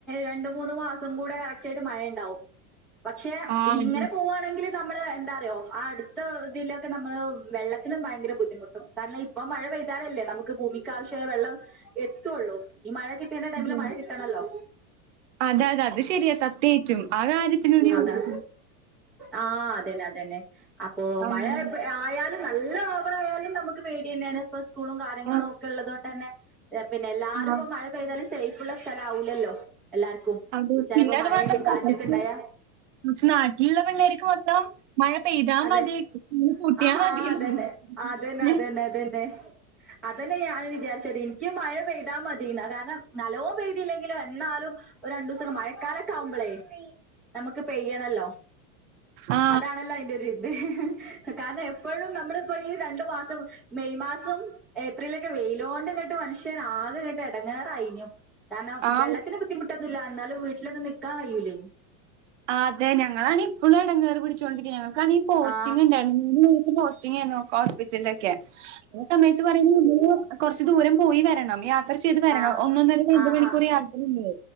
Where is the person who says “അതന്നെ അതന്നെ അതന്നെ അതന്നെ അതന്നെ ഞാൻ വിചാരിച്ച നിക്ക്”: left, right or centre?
Centre